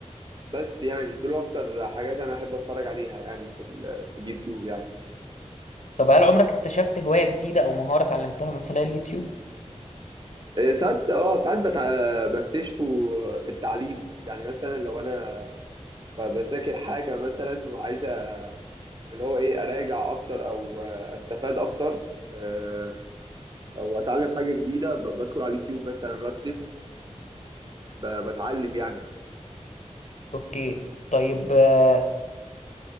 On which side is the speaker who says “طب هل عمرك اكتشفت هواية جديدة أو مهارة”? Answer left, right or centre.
Left